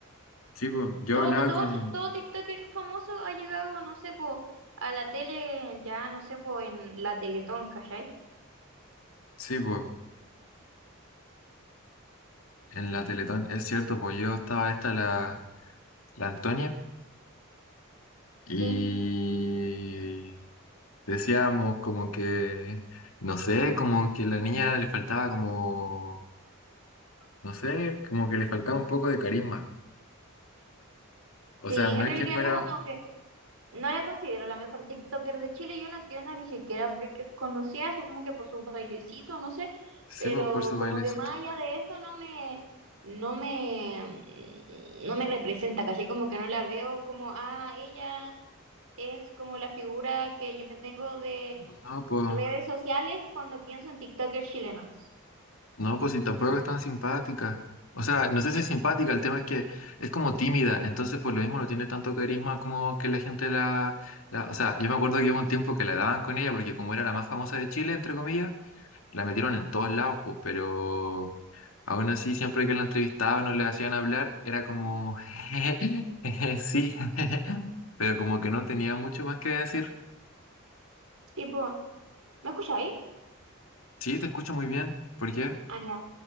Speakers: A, on the left (about 75°); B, on the right (about 85°).
A: sí, pues, yo
B: Todo,
A: hablaba
B: todo,
A: con,
B: todo TikToker famoso ha llegado, no sé, po, a la tele, ya, no sé, po, en la Teletón, ¿cachai?
A: sí, pues, en la Teletón, es cierto, pues yo estaba esta la, la Antonia y
B: Sí,
A: decíamos como que, no sé, como que a la niña le faltaba como, no sé, como que le faltaba un poco de carisma. O
B: sí,
A: sea, no
B: en
A: es
B: realidad
A: que fuera,
B: como que No la considero la mejor TikToker de Chile, yo no entiendo ni siquiera por qué es conocida, supongo que por sus bailecitos, no sé,
A: sí,
B: pero
A: pues, por su bailecito,
B: como que más allá de eso no me, no me, no me representa, casi como que no la veo como, ah, ella es como la figura que yo tengo de
A: no, pues.
B: redes sociales cuando pienso en TikTokers chilenos.
A: No, pues si tampoco es tan simpática. O sea, no sé si es simpática, el tema es que es como tímida, entonces por lo mismo no tiene tanto carisma como que la gente la, la- O sea, yo me acuerdo que hubo un tiempo que la daban con ella porque como era la más famosa de Chile, entre comillas, la metieron en todos lados, pues, pero aún así siempre que la entrevistaban o le hacían hablar, era como... <laughs> sí, <laughs> pero como que no tenía mucho más que decir.
B: Tipo, ¿me escucháis?
A: Sí, te escucho muy bien. ¿Por qué?
B: Ah, ya,